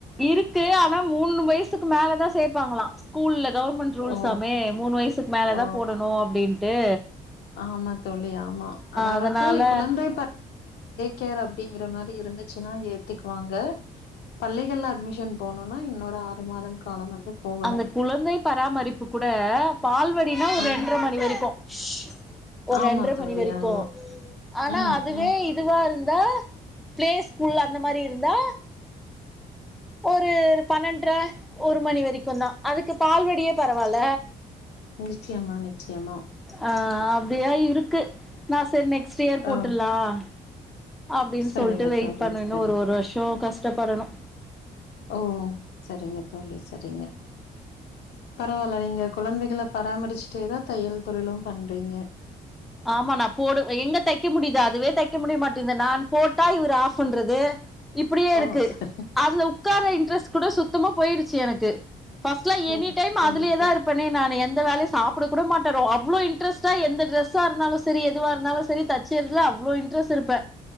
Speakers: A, in the centre; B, on the left.
A: இருக்கு ஆனா மூணு வயசுக்கு மேலதான் சேப்பாங்ளா ஸ்கூல்ல கவர்மண்ட் ரூல்ஸாமே
B: ஓ
A: மூணு வயசுக்கு மேலதா
B: ஓ
A: போடணு அப்டின் டே
B: ஆமா தோழி ஆமா அதாவது
A: அதனால
B: குழந்தை கேர் அப்டிங்கிற மாரி இருந்துச்சுன்னா ஏத்துக்குவாங்க பள்ளிகள்ல அட்மிஷன் போட்னுன்னா இன்னொரு ஆறு மாதம் காலம் வந்து போகணு
A: அந்த குழந்தை பராமரிப்பு கூட பால்வடினா ஒரு
B: ஆ
A: ரெண்டரைமணி வரைக்கும் <inaudible> ஒரு
B: ஆமா
A: ரெண்ர
B: தோழி
A: மணி வரைக்கும்
B: ஆமா
A: ஆனா
B: ம்
A: அதுவேஇதுவா
B: ம்
A: இருந் இந்த பிளேஸ்கூல்ல அந்தமாரி இருந்தா ஒரு பன்னெண்ர ஒரு மணிவெறிக்குதா அதுக்கு பால்வடியே பரவால
B: நிச்சயமா நிச்சயமா
A: ஆ அப்படியா இருக்கு நான் செரி நெக்ஸ்ட்யியர் போட்டுலாம்
B: ஆ
A: அப்டின்னு
B: சரிங்க
A: சொல்டு வெயிட்பனனும்
B: தோழி சரி
A: ஒரு ஒருவருஷம் கஷ் கஷ்டப்படணும்
B: ஓ சரிங்க தோலி சரிங்க பத் பரவால நீங்க குழந்தைகள பராமரிச்சுிட்டேதான் தையல் தொழிலும் பண்றீங்க
A: ஆமா நான்போடுவ எங்க தைக்க முடியுது அதுவே தைக்கமுடியமாட்து நான் போட்டா இவரு ஆஃப்பண்றது இப்படியேயிருக்கு
B: ஓ சரி
A: அதுல உட்கார இன்ட்ரெஸ்ட்கூட சுத்தமா போயிடுச் சிஎனக்கு பஸ்ட்ல
B: சரி
A: எனிடைம் அதுலயேதாயிருப்பனே
B: தோழி சரி
A: நானு எந்த வேலயும் சாப்புட கூடமாட் <unintelligible> அவ்ளோ இன்ரஸ்டா எந்தடிரெஸ் சார் இருந்தாலும் சரி எதுவா இருந்தாலும் சரி தச்சறதுல அவ்வுளோ இன்ட்ரெஸ்ட் இருப்ப